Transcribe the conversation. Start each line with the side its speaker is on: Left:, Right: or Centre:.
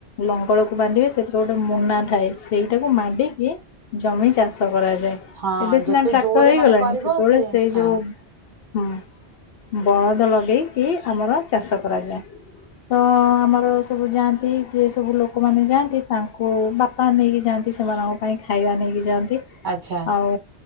Left: ଲଙ୍ଗଳକୁ ବାନ୍ଧିବେ। ସେଥିରେ ଗୋଟେ ମୁନା ଥାଏ ସେଇଟାକୁ ମାଡିକି ଜମି ଚାଷ କରାଯାଏ
Right: ହଁ
Left: ଏବେ
Right: ଯେତେ
Left: ସିନା ଟ୍ରାକ୍ଟର
Right: ଜୋରେ
Left: ହେଇଗଲାଣି।
Right: ମାନେ କରିବ
Left: ସେତେବେଳେ
Right: ସେ
Left: ସେଇ
Right: ହଁ
Left: ଯୋ ହୁଁ ବଳଦ ଲଗେଇକି ଆମର ଚାଷ କରାଯାଏ। ତ ଆମର ସବୁ ଯାଆନ୍ତି ଯିଏ ସବୁ ଲୋକମାନେ ଯାଆନ୍ତି। ତାଙ୍କୁ ବାପା ନେଇକି ଯାଆନ୍ତି ସେମାନଙ୍କ ପାଇଁ ଖାଇବା ନେଇକି ଯାଆ ନ୍ତି
Right: ଆଚ୍ଛା
Left: ଆଉ।